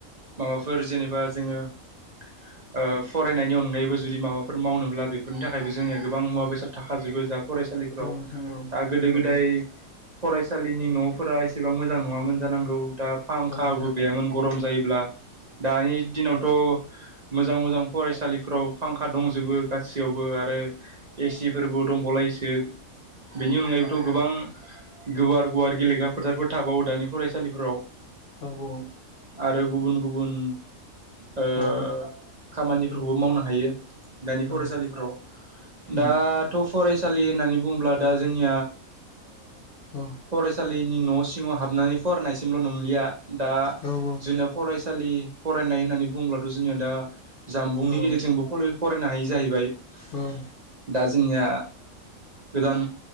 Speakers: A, on the right (about 35°); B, on the left (about 60°).
A: माबाफोर जेनेबा जोङो <inaudible> फरायनायनि अनगायैबो जुदि माबाफोर मावनोब्ला बेफोरनि थाखायबो जोंनिया गोबां मुवा बेसाद थाखाजोबो जा फरायसालिफोराव
B: औ नोंथां औ नोंथां औ
A: दा गोदो गोदाय
B: औ औ
A: फरायसालिनि न'फोरा एसेबां मोजां नङामोन जानांगौ दा फांखाबो
B: औ
A: गैयामोन गरम जायोब्ला दानि दिनावथ' मोजां मोजां फरायसालिफोराव फांखा दंजोबो गासैयावबो आरो एसि फोरबो दंबावलायोसो बेनि अनगायैबोथ' गोबां गुवार गुवार गेलेग्रा फोथारफोर थाबावो दानि फरायसालिफोराव
B: आब'
A: आरो गुबुन गुबुन ओ
B: औ
A: खामानिफोरखौबो मावनो हायो दानि फरायसालिफ्राव
B: औ उम
A: दाथ' फरायसा होननानै बुङोब्ला दा जोंनि
B: औ
A: फ जों नि न' सिङाव हाबनानै फरायनायसिमल' नंलिया दा
B: औ औ
A: जोंना फरायसालि फरायनाय होननानै बुङोब्लाथ' जोंनिया दा जामबुंनि
B: औ
A: गेजेरजोंबो फरायनो हायि जाहैबाय
B: औ
A: दा जोंनिया गोदान